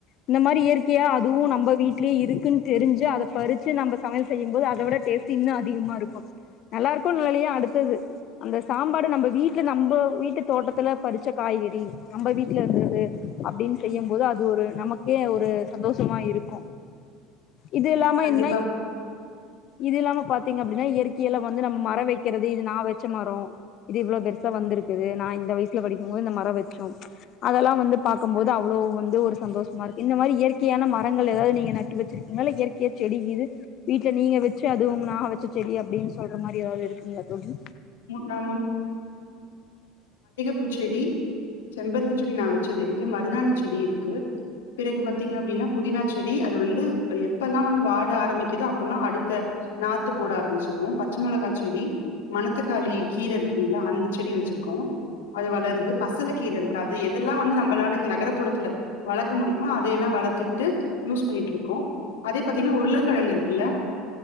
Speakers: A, on the left (about 50°); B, on the left (about 80°).
A: இந்த மாதிரி இயற்கையா அதுவும் நம்ம வீட்லேயே இருக்குன்னு தெரிஞ்சு பறிச்சு நம்ம சமையல் செய்யும்போது அதை விட டேஸ்ட் இன்னும் அதிகமா இருக்கும் நல்லா இருக்கும் நல்லாலையோ அடுத்தது அந்த சாம்பாரு நம்ம வீட்டுல நம்ம வீட்டு தோட்டத்துல பறிச்ச காய்கறி நம்ம வீட்டுல இருந்தது அப்படின்னு செய்யும்போது அது ஒரு நமக்கே ஒரு சந்தோஷமா இருக்கும் இது இல்லாம
B: கண்டிப்பா
A: என்ன இது இல்லாம பாத்தீங்க அப்டின்னா இயற்கையில வந்து நம்ம மர வைக்கிறது இது நான் வச்ச மரம் இது இவ்ளோ பெருசா வந்திருக்குது நான் இந்த வயசுல படிக்கும்போது இந்த மரம் வச்சோம் அதெல்லாம் வந்து பாக்கும் போது அவ்ளோ வந்து ஒரு சந்தோஷமா இருக்கு இந்த மாரி இயற்கையான மரங்கள் ஏதாவது நீங்க நட்டு வச்சிஃரு நல்ல இயற்கைய செடி இது வீட்ல நீங்க வச்சு அது உங்க நா வச்ச செடி அப்டின்னு சொல்ற மாரி ஏதாவது இருக்குங்களா தோலி
B: நா பூச் செடி செம்பருத்தி செடி நான் வச்சது இருக்கு மருதாணி செடி இருக்கு பிறகு பாத்தீங்க அப்டின்னா புதினா செடி அது வந்து எப்பல்லாம் வந்து வாட ஆரம்பிக்குதோ அப்பல்லாம் அடுத்த நாத்து போட ஆரம்பச்சிருவோம் பச்ச மிளகா செடி செரி மனக்கு இங்க கீழ இருக்குங்களா அந்த செடி வச்சிருக்கோம் அது வளருது வந்து பசல கீர இருக்கு அது எதல்லாம் வந்து நம்மளால நகர்புறத்தில வளக்க முடியமோ அதையெல்லாம் வளத்துட்டு யூஸ் பண்ணிட்டுருக்கோம் அதே பாத்தீங்கன்னா உருளைக்கிழங்கு இருக்கு இல்ல